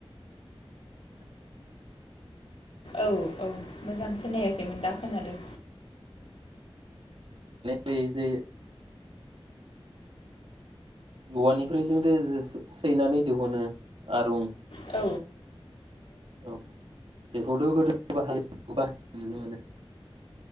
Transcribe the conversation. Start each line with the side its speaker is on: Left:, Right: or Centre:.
Left: औ औ मोजां खोनायाखैमोन दां खोनादों
Right: बे जे औवानिफ्राय जों दे सैनानै दिहुनो आरुं
Left: औ
Right: औ बेखौथ' गोदो <unintelligible> नुनो मोनो